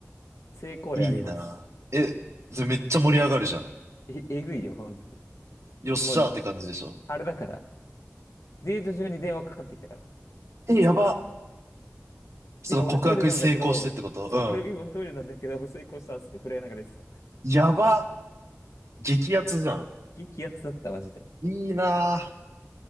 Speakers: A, on the left; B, on the right.
A: 成功例あります。
B: いいな。え、それめっちゃ盛り上がるじゃん。
A: え、えぐいよ、本当に。
B: よっしゃーって感じでしょ。
A: もう、あれだから。デート中に電話かかってきたから。
B: え、やば。その告白成功してってことう
A: 今俺トイレなんだけど、そう、俺今トイレなんだけど、成功したっつって震えながら言ってた。
B: ん。やば。激アツじゃん。
A: 激アツだった、マジで。
B: いいな。